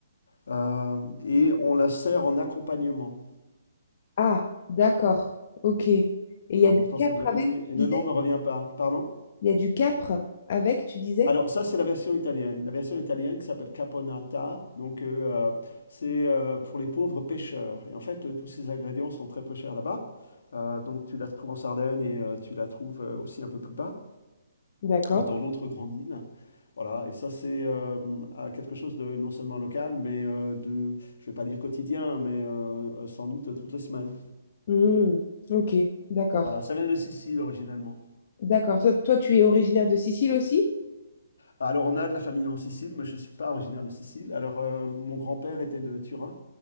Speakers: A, on the left (about 75°); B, on the left (about 50°).
A: euh, et on la sert en accompagnement.
B: Ah, d'accord. Ok. Et il y
A: Ah,
B: a
A: pourtant,
B: du capre
A: c'est bien
B: avec,
A: connu.
B: tu
A: Et le
B: disais?
A: nom ne me revient pas. Pardon?
B: Il y a du capre avec, tu disais?
A: Alors, ça, c'est la version italienne. La version italienne qui s'appelle Caponata. Donc, euh, euh, c'est euh, pour les pauvres pêcheurs. Et en fait, euh, tous ces ingrédients sont très peu chers là-bas. Euh, donc, tu la trouves en Sardaigne et euh, tu la trouves euh, aussi un peu plus bas,
B: D'accord.
A: euh, dans l'autre grande île. Voilà. Et ça, c'est euh, à quelque chose de non seulement local, mais euh, de, je vais pas dire quotidien, mais euh, euh, sans doute euh, toutes les semaines.
B: Hmm, Ok, d'accord.
A: Voilà. Ça vient de Sicile originellement.
B: D'accord. Toi, toi, tu es originaire de Sicile aussi?
A: Alors, on a de la famille en Sicile, mais je ne suis pas originaire de Sicile. Alors, euh, mon grand-père était de Turin.